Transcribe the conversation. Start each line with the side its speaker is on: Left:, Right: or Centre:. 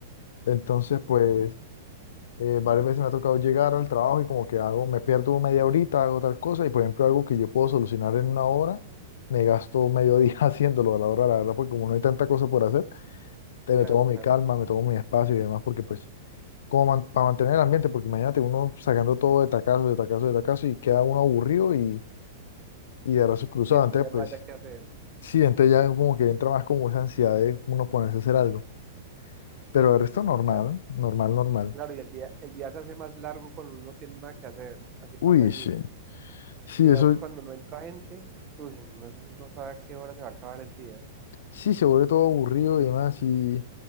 Left: Entonces
Right: Sí.
Left: pues... eh, varias veces me ha tocado llegar al trabajo y como que hago, me pierdo media horita, hago tal cosa y por ejemplo algo que yo puedo solucionar en una hora, me gasto medio día <laughs> haciéndolo a la hora, la verdad, porque como no hay tanta cosa por hacer, te
Right: Claro,
Left: me tomo mi
Right: claro.
Left: calma, me tomo mi espacio y demás, porque pues como man- para mantener el ambiente, porque imagínate uno sacando todo de tacazo, de tacazo, de tacazo y queda uno aburrido y, y de brazos cruzados,
Right: Y después
Left: entonces
Right: ya
Left: pues
Right: no haya que hacer.
Left: sí, entonces ya como que entra más como esa ansiedad de uno ponerse a hacer algo, pero
Right: Sí, sí,
Left: el resto
Right: sí,
Left: normal,
Right: sí, claro.
Left: normal, normal.
Right: Claro, y el día, el día se hace más largo cuando uno no tiene nada que hacer. Así
Left: Uy,
Right: pasa allí.
Left: sí. Sí,
Right: Digamos,
Left: eso,
Right: cuando no entra gente, uy, no, no no sabe a qué hora se va a acabar el día.
Left: Sí, se vuelve todo aburrido y demás. Y